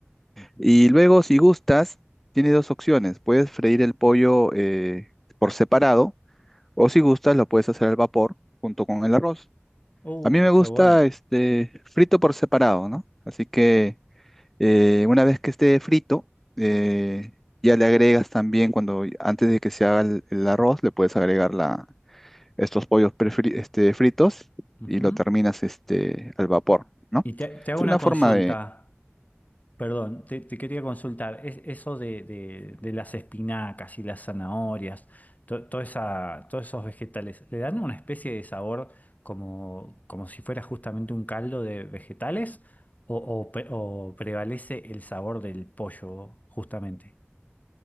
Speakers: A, on the left (about 35°); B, in the centre.
A: ujú.
B: y luego, si gustas, tienes dos opciones. Puedes freír el pollo eh, por separado o si gustas lo puedes hacer al vapor junto con el arroz.
A: Uh,
B: A mí me gusta
A: qué bueno.
B: este frito por separado, ¿no? Así que eh, una vez que esté frito, eh, ya le agregas también cuando antes de que se haga el, el arroz, le puedes agregar la, estos pollos prefri- este, fritos
A: Ujú.
B: y lo terminas este, al vapor, ¿no?
A: Y te, te hago
B: Es
A: una
B: una
A: consulta.
B: forma
A: Perdón, te, te quería consultar, es, eso de, de- de las espinacas y las zanahorias, to- toda esa- todos esos vegetales, ¿le dan una especie de sabor como, como si fuera justamente un caldo de vegetales o, o pre- o prevalece el sabor del pollo justamente?